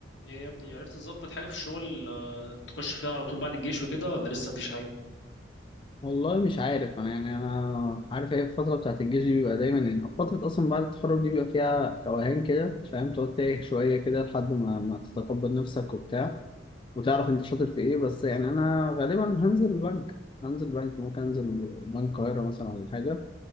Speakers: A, on the left; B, on the left.
A: ايه يا ابني عرفت تظبط حاجة في الشغل آه، تخش فيها على طول بعد الجيش وكده ولا لسه مفيش حاجة
B: والله مش عارف انا يعني انا عارف هي الفتره بتاعت الجيش دي بيبقى دايما يعني أو فتره اصلا بعد التخرج دي بيبقى فيها توهان كده فاهم تقعد تايه شويه كده لحد ما ما تتقبل نفسك وبتاع وتعرف انت شاطر في ايه بس يعني انا غالبا هنزل البنك هنزل بنك ممكن انزل بنك القاهره مثلا ولا حاجه